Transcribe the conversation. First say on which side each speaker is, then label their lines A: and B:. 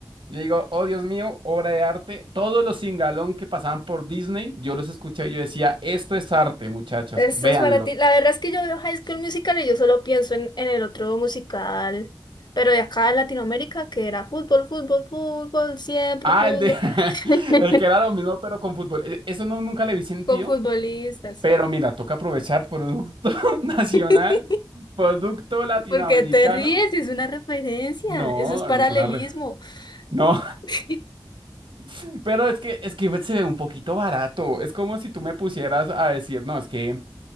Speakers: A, on the right; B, on the left.
A: yo digo, oh Dios mío, obra de arte. Todos los singalón que pasaban por Disney, yo los escuché y yo decía, esto es arte, muchachos,
B: esto
A: véanlo.
B: es para ti. La verdad es que yo veo High School Musical y yo solo pienso en, en el otro musical, pero de acá de Latinoamérica, que era fútbol, fútbol, fútbol, siempre
A: Ah,
B: fútbol.
A: el de <laughs>
B: <laughs>
A: el que era lo mismo, pero con fútbol. E- Eso no, nunca le vi sentido.
B: Con futbolistas.
A: Pero mira, toca aprovechar producto <laughs> nacional,
B: <laughs>
A: producto latinoamericano.
B: ¿Por qué te ríes? Es una referencia.
A: No,
B: Eso es paralelismo.
A: no es una re... No,
B: <laughs>
A: <laughs> pero es que, es que se ve un poquito barato. Es como si tú me pusieras a decir, no, es que